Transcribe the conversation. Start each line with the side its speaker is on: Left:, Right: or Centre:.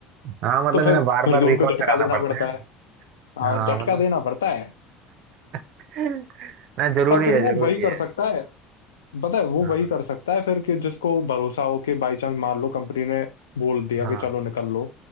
Right: हाँ मतलब
Left: तो फिर
Right: इन्हें बार
Left: फिर
Right: बार
Left: तो उनको
Right: रिकॉल
Left: झटका
Right: कराना
Left: देना
Right: पड़ता
Left: पड़ता
Right: है
Left: है हाँ
Right: हाँ
Left: झटका
Right: मतलब
Left: देना पड़ता है
Right: <laughs> ना जरूरी
Left: पर फिर
Right: है
Left: वो
Right: जरूरी
Left: वही कर
Right: है
Left: सकता है पता है वो
Right: हाँ
Left: वही कर सकता है फिर कि जिसको भरोसा हो कि बाई चांस मान लो कंपनी ने बोल दिया
Right: हाँ
Left: कि चलो निकल लो